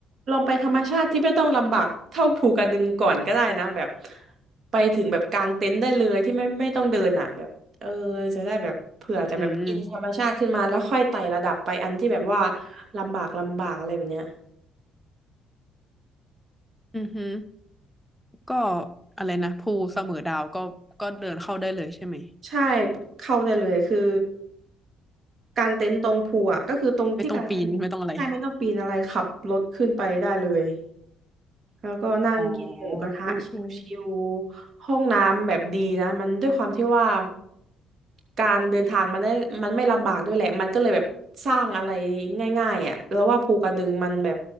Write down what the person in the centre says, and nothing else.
อืม
อือฮึก็อะไรนะภูเสมอดาวก็ก็เดินเข้าได้เลยใช่ไหม
ไม่ต้องปีนไม่ต้องอะไร
อ๋ออืออือ